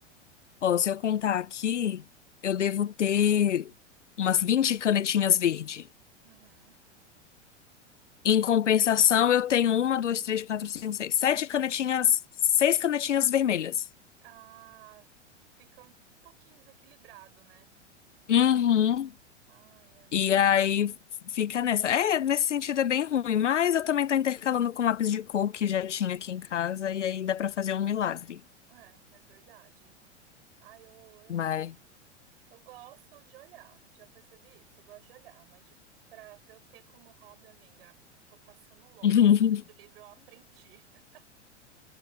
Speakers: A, on the left; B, on the right.
A: Ó, se eu contar aqui, eu devo ter umas 20 canetinhas verde.
B: uhum. E
A: Em compensação, eu tenho uma, duas, três, quatro, cinco, seis, sete canetinhas, seis canetinhas vermelhas.
B: ah, fica um pouquinho desequilibrado, né?
A: Uhum.
B: Ai, amigo.
A: E aí fica nessa. É, nesse sentido é bem ruim, mas eu também tô intercalando com lápis de cor que já tinha aqui em casa e aí dá pra fazer um milagre.
B: É, é verdade. Ai, eu, eu
A: Mas
B: Eu gosto de olhar, já percebi isso, eu gosto de olhar, mas de, pra, pra eu ter como hobby, amiga, tô passando longe.
A: <laughs>
B: Depois do livro eu aprendi, <laughs>